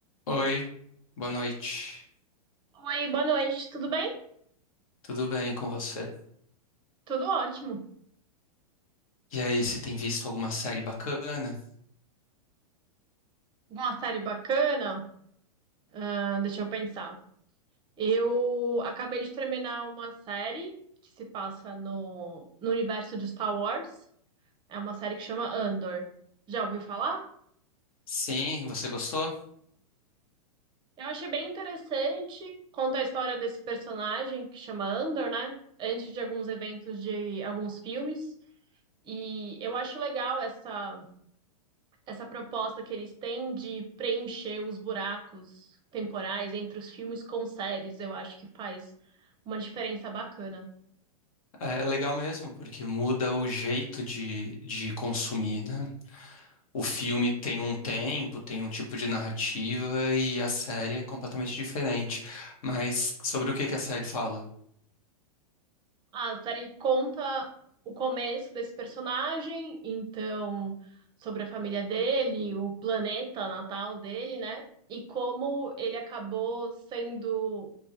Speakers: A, on the left; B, on the right.
A: Oi, boa noite.
B: Oi, boa noite, tudo bem?
A: Tudo bem com você?
B: Tudo ótimo.
A: E aí, você tem visto alguma série bacana?
B: Uma série bacana? Ah, deixa eu pensar. Eu acabei de terminar uma série que se passa no, no universo de Star Wars. É uma série que chama Andor. Já ouviu falar?
A: Sim, você gostou?
B: Eu achei bem interessante. Conta a história desse personagem que chama Andor, né? Antes de alguns eventos de alguns filmes. E eu acho legal essa. essa proposta que eles têm de preencher os buracos temporais entre os filmes com séries, eu acho que faz uma diferença bacana.
A: É legal mesmo, porque muda o jeito de, de consumir, né? O filme tem um tempo, tem um tipo de narrativa e a série é completamente diferente. Mas sobre o que que a série fala?
B: A série conta o começo desse personagem, então sobre a família dele, o planeta natal dele, né? E como ele acabou sendo,